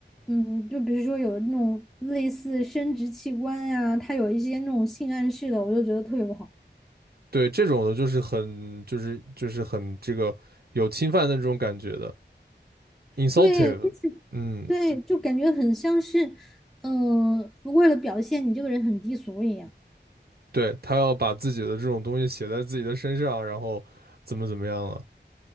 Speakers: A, in the centre; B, on the right.
A: 嗯，就比如说有那种类似生殖器官呀、它有一些那种性暗示的，我就觉得特别不好。
B: 对，这种的就是很就是就是很这个有侵犯的这种感觉的，insultive。
A: 对，就是，
B: 嗯，
A: 对，就感觉很像是，嗯、为了表现你这个人很低俗一样。
B: 对，他要把自己的这种东西写在自己的身上，然后怎么怎么样了。